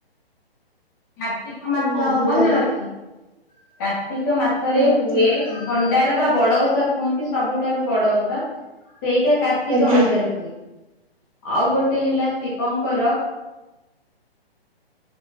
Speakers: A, on the left; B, on the right.
A: କାର୍ତ୍ତିକ ମାସ
B: ନାହିଁ
A: ମନେ
B: ତ
A: ଅଛି, କାର୍ତ୍ତିକ ମାସରେ
B: କାର୍ତ୍ତିକ
A: ହୁଏ। ଭ ଭଣ୍ଡାର ବା ବଡ଼ ଓଷା କୁହନ୍ତି। ସବୁଠାରୁ ବଡ଼ ଓଷା ସେଇଟା। କାର୍ତ୍ତିକ
B: ଆଜ୍ଞା
A: ମାସରେ ହୁଏ, ଆଉ ଗୋଟେ ହେଲା ଶିବଙ୍କର